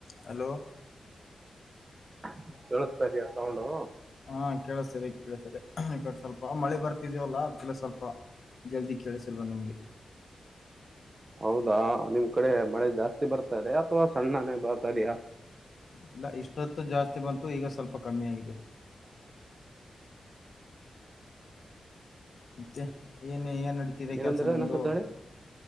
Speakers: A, on the left (about 50°); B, on the right (about 25°).
A: ಹಲೋ
B: ಘ ಕೇಳಿಸತಾ ಇದ ಇದಯಾ ಸೌಂಡು
A: ಹಾ ಕೇಳಿಸ್ತದೆ ಕೇಳತದೆ ಈ ಕಡೆ ಸ್ವಲ್ಪ ಮಳೆ ಬರ್ತಿದ್ಯವಲ್ಲ ಅದ್ಕ್ಕೆಡೆ ಸ್ವಲ್ಪ ಜಲ್ದಿ ಕೇಳಸಲ್ವ ನಿಮ್ಗೆ
B: ಹೌದಾ ನಿಮ್ ಕಡೆ ಮಳೆ ಜಾಸ್ತಿ ಬರ್ತಾದೆಾ ಅಥವಾ ಸಣ್ಣನೇ ಬರ್ತಾ ಇದೆಯಾ
A: ಇಲ್ಲ ಇಷ್ಟೊತ್ತು ಜಾಸ್ತಿ ಬಂತು ಈಗ ಸ್ವಲ್ಪ ಸ್ವಲ್ಪ್ಪ ಕಮ್ಮಿ ಆಗಿದೆ ಮತ್ತೆ ಏನ್ ಏನ್ ನಡೀತಿದೆ
B: ಏನಂದ್ರೆ
A: ಕೆಲ್ಸ ನಿಮ್ದು
B: ಅನಿಸುತ್ತೆ ಹೇಳಿ